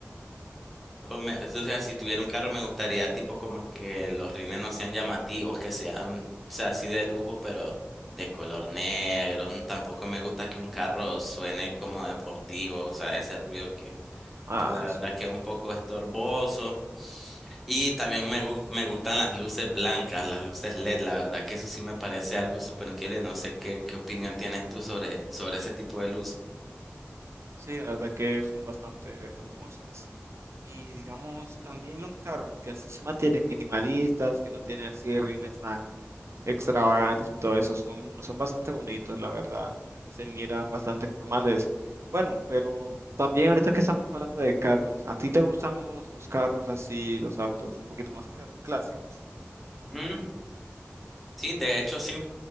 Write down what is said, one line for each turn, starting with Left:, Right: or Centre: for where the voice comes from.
Centre: O, me- o sea, si tuviera un carro me gustaría tipo como que los rines no sean llamativos, que sean, o sea, así de lujo, pero de color negro. N- Tampoco me gusta que un carro suene como deportivo, o sea, ese ruido que,
Right: Ah,
Centre: que la verdad
Right: sí.
Centre: que es un poco estorboso. Y también me gus- me gustan las luces blancas, las luces LED, la verdad que eso sí me parece algo súper increíble. No sé qué, qué opinión tienes tú sobre, sobre ese tipo de luces.
Right: Sí, la verdad que son bastante hermosas. Y digamos, también los carros que así se mantienen minimalistas, que no tienen así rines tan extravagantes y todo eso, son, son bastante bonitos, la verdad. Se miran bastante formales. Bueno, pero también ahorita que estamos hablando de carros, ¿a ti te gustan los, los carros así, los autos un poquito más cla- clásicos?
Centre: Mm, sí, de hecho sí.